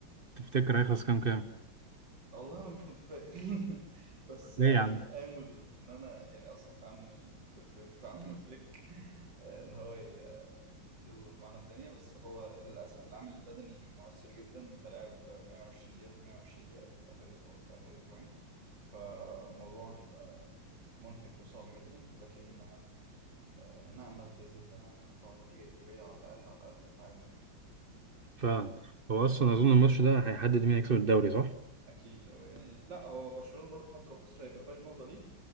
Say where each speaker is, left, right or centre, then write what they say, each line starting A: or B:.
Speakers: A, on the right; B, on the right.
A: تفتكر هيخلص كام كام
B: والله أنا مش متفائل <laughs> بس يعني
A: ليه يا عم
B: آمل إن أنا يعني أثق في عمي في, في, في عم فليك آه، إن هو ي- يظبط معانا الدنيا بس هو للأسف العامل البدني مؤثر جدا أنت لاعب 120 دقيقة في 120 دقيقة في آخر أسبوع في آخر أسبوعين فالموضوع هيبقى منهك وصعب جدا لكن آه، آه، نأمل بإذن الله إن احنا نطلع بنتيجة إيجابية على الأقل على الأقل التعادل يعني
A: فعلا هو أصلا أظن الماتش ده هيحدد مين هيكسب الدوري صح؟
B: أكيد هو يعني لا هو برشلونة برضو حتى لو خسر هيبقى فرق نقطة ليه